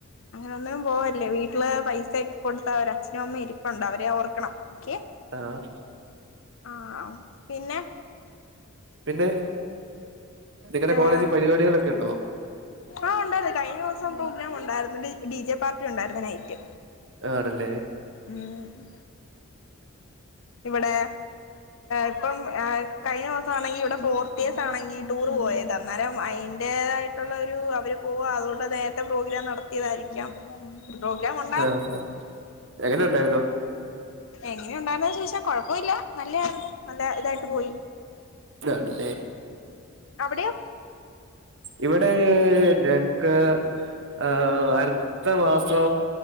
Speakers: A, on the left; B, on the right.
A: അങ്ങനെ ഒന്നും പോവലില്ല. വീട്ടില് പൈസ ഒക്കെ കൊടുത്തര് അച്ഛനും അമ്മയും ഇരിപ്പുണ്ട് അവരെ ഓർക്കണം ഓക്കെ.
B: ആഹ്.
A: ആ പിന്നെ.
B: പിന്നെ നിങ്ങടെ
A: ആഹ്
B: കോളേജി പരിപാടികളൊക്കെ ഉണ്ടോ?
A: ആഹ് ഉണ്ടായിരുന്നു കഴിഞ്ഞ ദിവസം പ്രോഗ്രാം ഉണ്ടായിരുന്നുണ്ട് ഡി ജെ പാർട്ടി ഉണ്ടായിരരുന്നു നൈറ്റ്.
B: ആണ്ല്ലേ
A: ഉം ഇവിടെ ഇപ്പം ഹ് കഴിഞ്ഞ മാസാണെങ്കി ഇവിടെ ഫോർത്ത് ഡേഴസ് ആണെങ്കിൽ ടൂർ പോയതാ ഇന്നാലും അയ്ന്റേതായിട്ടുള്ള ഒരു അവര് പോവുക. അതുകൊണ്ട് നേരത്തെ പ്രോഗ്രാം നടത്തിയതായിരിക്കാം. പ്രോഗ്രാം ഉൺ
B: ആഹ് ആ എങ്ങനെ ഉണ്ടായിരുന്നു.
A: എങ്ങനെ ഉണ്ടായിന്ന ചോയ്ച്ചാ കുഴപ്പൊല്ല. നല്ലായിരുന്നു നല്ല ഇതായിട്ട് പോയി.
B: താണ്ട്ല്ലെ
A: അവിട്യാെ
B: ഇവിടെ ഞങ് ക്ക് ആ അടുത്ത മാസൊ